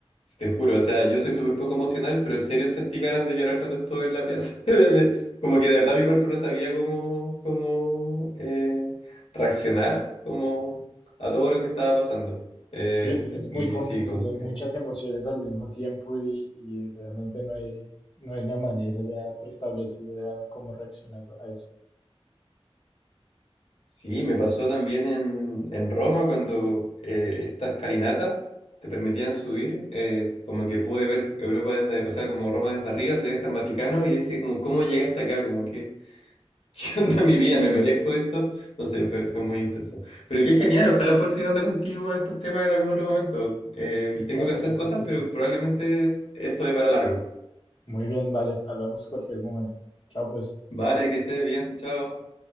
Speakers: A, on the left; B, on the left.
A: Te juro, o sea, yo soy súper poco emocional, pero en serio sentí ganas de llorar cuando estuve en la piazza. <laughs> De- Como que de verdad mi cuerpo no sabía cómo, cómo eh, reaccionar como a todo lo que estaba pasando. Eh,
B: Sí, es, es muy
A: y
B: confuso,
A: sí, como
B: son
A: que...
B: muchas emociones al mismo tiempo y, y realmente no hay, no hay una manera ya preestablecida cómo reaccionar a eso.
A: Sí, me pasó también en, en Roma cuando eh, esta escalinata te permitían subir, eh, como que pude ver Europa desde, o sea, como Roma desde arriba, se veía hasta el Vaticano y ese como, ¿cómo llegué hasta acá? Como que... ¿Qué onda mi vida? ¿Me merezco esto? No sé, fue, fue muy intenso. Pero qué genial, ojalá poder seguir hablando contigo de estos temas en algún otro momento. Eh,
B: Sí, claro,
A: tengo que hacer
B: por
A: cosas,
B: supuesto.
A: pero probablemente esto de para largo.
B: Muy bien, vale, hablamos cualquier momento. Chao, pues.
A: Vale, que estés bien, chao.